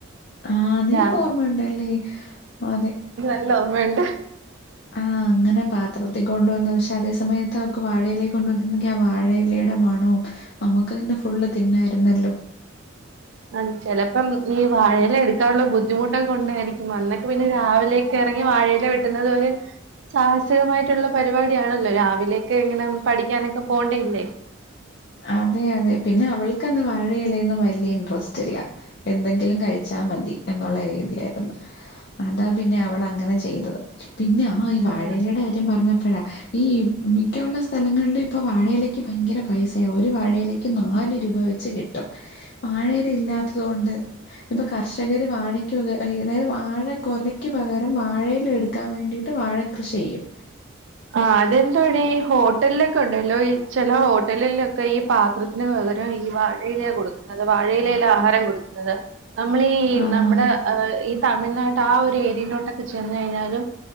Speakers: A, on the left; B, on the right.
A: ആഹ് നിനക്ക്
B: ഞാൻ
A: ഓർമ്മയുണ്ടല്ലേ അതെ
B: നല്ലൊർമ്മയുണ്ട് <inaudible>
A: ആ അങ്ങനെ പാത്രത്തിൽ കൊണ്ടുവന്ന പക്ഷെ അതേ സമയത്ത് അവക്ക് വാഴയിലേൽ കൊണ്ടുവന്നിരുന്നെങ്കിൽ ആ വാഴയിലേടെ മണവും നമ്മുക്ക്തന്നെ ഫുള്ള് തിന്നായിരുന്നല്ലോ
B: ഉം ചെലപ്പം ഈ വാഴയില എടുക്കാനുള്ള ബുദ്ധിമുട്ടൊക്കെ കൊണ്ടായിരിക്കും അന്നൊക്കെ പിന്നെ രാവിലെ ക്ക് എറങ്ങി വാഴയില വെട്ടുന്നത് ഒര് സാഹസികമായിട്ടുള്ള പരിപാടിയാണല്ലോ രാവിലൊക്കെങ്ങനെ പഠിക്കാനൊക്കെ പോണ്ടെയല്ലേ
A: അതെ അതെ പിന്നെ അവൾക്കന്ന് വാഴയിലേന്നും വലിയ ഇൻട്രസ്റ്റ് ഇല്ല എന്തെങ്കിലും കഴിച്ചാ മതി എന്നുള്ള രീതിയായിരുന്നു അതാ പിന്നെ അവളങ്ങനെ ചെയ്തത് പിന്നെ അ ആഹ് ഈ വാഴേയിലേടെ
B: അത്
A: കാര്യം പറഞ്ഞപ്പോഴാ ഈ മിക്കുള്ള സ്ഥലങ്ങളിലും ഇപ്പൊ വാഴയിലക്ക് ഭയങ്കര പൈസയാ ഒരു വാഴയിലക്ക് നാല് രൂപ വെച്ച് കിട്ടും വാഴെല ഇല്ലാത്തത് കൊണ്ട് ഇപ്പൊ കർഷകര് വാഴയ്ക്കൊകെ അതായത് വാഴ കൊലയ്ക്ക് പകരം വാഴെല എടുക്കാൻ വേണ്ടി ട്ട് വാഴ കൃഷി ചെയ്യും
B: ആഹ് അതെന്തുവാടി ഹോട്ടലിലൊക്കെ ഉണ്ടല്ലോ ഈ ചെല ഹോട്ടലിലൊക്കെ ഈ പാത്ര ല് വകരം ഈ വാഴയിലയ കൊടുക്കുന്നത് വാഴയിലേല ആഹാരം കൊടുക്കുന്നത് നമ്മളീ
A: ആഹ്.
B: നമ്മുടെആഹ് ഈ തമിഴ്നാട്ട് ആ ഒരു ഏരിയെലോട്ടൊക്കെ ചെന്ന് കഴിഞ്ഞാലും